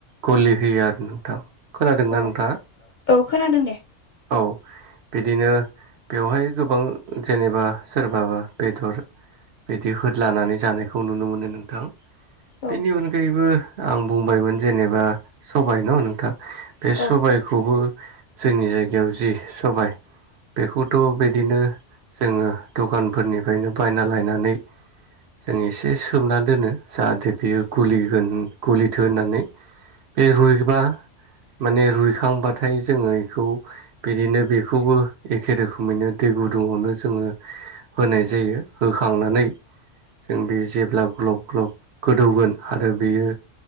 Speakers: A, on the right; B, on the left.
A: गलि होयो आरो नोंथां। खोनादोंना
B: औ
A: नोंथा?
B: औ खोनादों दे
A: औ। बिदिनो बेवहाय गोबां जेनेबा सोरबाबा बेदर, बिदि होद्लानानै जानायखौ नुनो मोनो नोंथां।
B: औ
A: बेनि अनगायै बो आं बुंबायमोन जेनेबा सबाइ न नोंथां, बे
B: औ
A: सबाइखौ बेखौबो जोंनि जायगायाव जि सबाइ बेखौथ' बिदिनो जोङो दखानफोरनिफ्रायनो बायना लायनानै जों एसे सोमना दोनो जाहाथे बेयो गुलिगोन गुलिथो होननानै बे रुइबा माने रुइखांबाथाय जोङो बेखौ बिदिनो बेखौबो एखे रोखोमैनो दै गुदुङावनो जोङो होनाय जायो, होखांनानै जों बे जेब्ला ग्लब - ग्लब गोदौगोन आरो बेयो